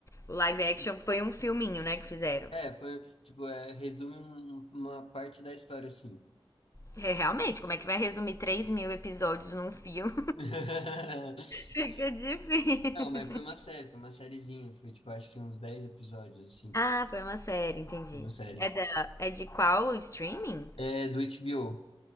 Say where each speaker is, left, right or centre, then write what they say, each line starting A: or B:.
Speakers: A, on the left; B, on the left.
A: O live action foi um filminho, né, que fizeram.
B: É, foi, tipo, é, resume um- um- uma parte da história, assim.
A: É, realmente, como é que vai resumir 3 mil episódios num filme?
B: <laughs>
A: Fica difícil.
B: Não, mas foi uma
A: <laughs>
B: série, foi uma sériezinha, foi, tipo, acho que uns 10 episódios, assim,
A: Ah, foi uma série, entendi.
B: de uma série.
A: É, da, é de qual streaming?
B: É, do HBO.